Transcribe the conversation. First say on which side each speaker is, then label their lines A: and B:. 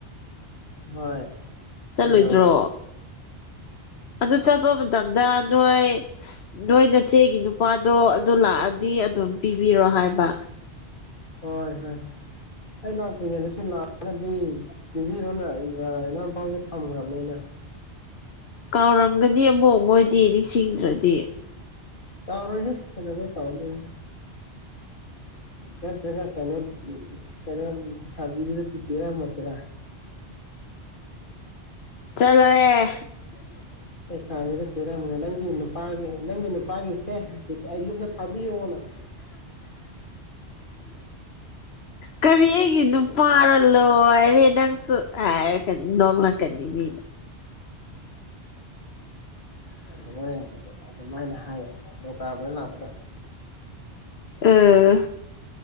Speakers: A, on the left; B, on the left.
A: ꯍꯣꯏ
B: ꯆꯠꯂꯣꯏꯗ꯭ꯔꯣ
A: ꯀꯩꯘꯧꯔꯒꯦ
B: ꯑꯗꯨ ꯆꯠꯄ ꯃꯇꯝꯗ ꯅꯣꯏ ꯅꯣꯏ ꯅꯆꯦꯒꯤ ꯅꯨꯄꯥꯗꯣ ꯑꯗꯨ ꯂꯥꯛꯑꯗꯤ ꯑꯗꯨꯝ ꯄꯤꯕꯤꯔꯣ ꯍꯥꯏꯕ
A: ꯍꯣꯏ ꯍꯣꯏ ꯑꯩ ꯂꯥꯛꯇ꯭ꯔꯤꯉꯩꯗ ꯁꯨꯝ ꯂꯥꯛꯑꯒꯗꯤ ꯄꯤꯕꯤꯔꯣꯅ ꯏꯅꯤꯎꯄꯥ ꯍꯣꯢꯗ ꯊꯝꯈ꯭ꯔꯕꯅꯦ ꯑꯩꯅ
B: ꯀꯥꯎꯔꯝꯒꯅꯤ ꯑꯃꯨꯛ ꯃꯣꯏꯗꯤ ꯅꯤꯡꯁꯤꯡꯗ꯭ꯔꯗꯤ
A: ꯀꯥꯎꯔꯣꯏꯍꯦ ꯀꯩꯘꯧꯕꯩ ꯀꯥꯥꯎꯘꯣꯏꯅꯣ ꯅꯠꯇ꯭ꯔꯒ ꯀꯩꯅꯣ ꯎꯝ ꯀꯩꯅꯣ ꯁꯕꯤꯗ ꯄꯤꯔꯝꯃꯁꯤꯔꯥ
B: ꯆꯂꯍꯦ
A: ꯑꯦꯁꯥꯕꯤꯅ ꯄꯤꯔꯝꯕ ꯅꯪꯒꯤ ꯅꯨꯄꯥꯒꯤ ꯅꯪꯒꯤ ꯅꯨꯄꯥꯒꯤꯁꯦ ꯌꯨꯝꯗ ꯊꯥꯕꯤꯌꯣꯑꯣꯅ <inaudible>
B: ꯀꯔꯤ ꯑꯩꯒꯤ ꯅꯨꯄꯥ ꯂꯣꯏꯔꯦ ꯅꯪꯁꯨ ꯍꯥꯏꯔꯒ ꯅꯣꯛꯂꯛꯀꯅꯤ ꯃꯤ
A: ꯎꯝ ꯑꯗꯨꯃꯥꯏ ꯑꯗꯨꯃꯥꯏꯅ ꯍꯥꯏꯒꯦ ꯅꯤꯡꯊꯧꯀꯥꯕ ꯂꯥꯛꯄꯗ
B: ꯑꯥ